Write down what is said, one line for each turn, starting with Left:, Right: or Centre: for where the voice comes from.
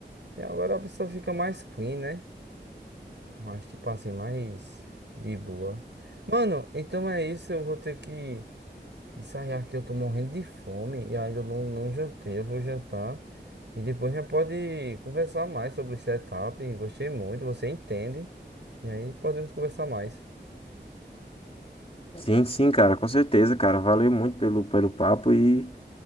Right: E agora a pessoa fica mais clean, né? Mais, tipo assim, mais de boa. Mano, então é isso, eu vou ter que ensaiar aqui. eu tô morrendo de fome e ainda não, não jantei, eu vou jantar. E depois a gente pode conversar mais sobre o setup. Gostei muito, você entende. E aí podemos conversar mais.
Left: Sim, sim, cara, com certeza, cara. Valeu muito pelo, pelo papo e